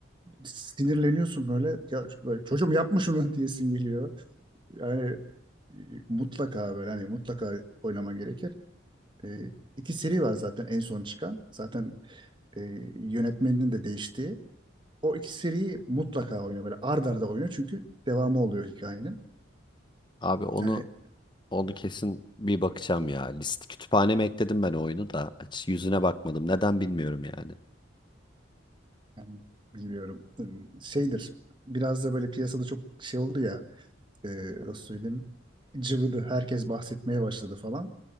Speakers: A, on the right; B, on the left.
A: sinirleniyorsun böyle. Ya böyle çocuğum yapma şunu <laughs> diyesin geliyor. Yani e, mutlaka böyle hani mutlaka oynaman gerekir. E, iki seri var zaten en son çıkan. Zaten e, yönetmeninin de değiştiği. O iki seriyi mutlaka oynuyor böyle ard arda oynuyor çünkü devamı oluyor hikayenin.
B: Abi onu
A: Yani,
B: Onu kesin bir bakacağım ya. List kütüphaneme ekledim ben oyunu da. Hiç yüzüne bakmadım. Neden bilmiyorum yani.
A: yani bilmiyorum e, şeydir biraz da böyle piyasada çok şey oldu ya e, nasıl söyleyeyim cıvıdı herkes bahsetmeye başladı falan.